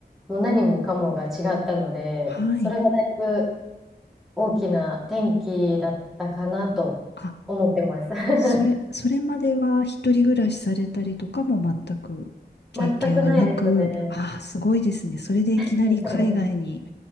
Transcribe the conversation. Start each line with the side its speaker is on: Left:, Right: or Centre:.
Centre: もう何もかもが違ったので、
Left: はい。
Centre: それがだいぶ大きな転機だったかなと思ってます。
Left: あ、
Centre: <laughs>
Left: それ、それまでは一人暮らしされたりとかも全く経験がなく、
Centre: 全くないですね。
Left: ああ、すごいですね。それでいきなり海外に
Centre: <laughs>